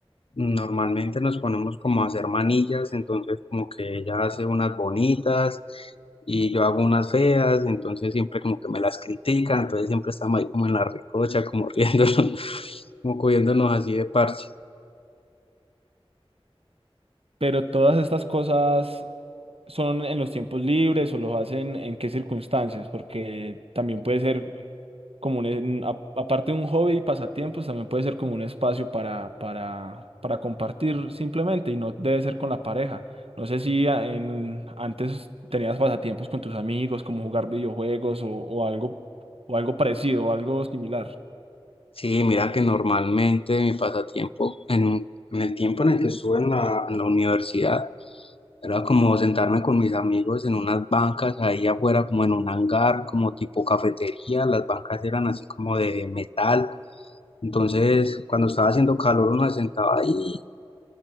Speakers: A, on the left; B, on the right.
A: normalmente nos ponemos como a hacer manillas, entonces como que ella hace unas bonitas y yo hago unas feas, entonces siempre como que me las critican, entonces siempre estamos ahí como en la recocha, como riéndonos, <laughs> como cogiéndonos así de parche.
B: Pero todas estas cosas son en los tiempos libres o los hacen en qué circunstancias, porque también puede ser como un, un- a- aparte de un hobby y pasatiempos, también puede ser como un espacio para, para, para compartir simplemente y no debe ser con la pareja. No sé si a- en, antes tenías pasatiempos con tus amigos, como jugar videojuegos o, o algo, o algo parecido o algo similar.
A: Sí, mira que normalmente mi pasatiempo en, en el tiempo en el que estuve en la en la universidad, Era como sentarme con mis amigos en unas bancas ahí afuera, como en un hangar, como tipo cafetería. Las bancas eran así como de metal. Entonces, cuando estaba haciendo calor, uno se sentaba ahí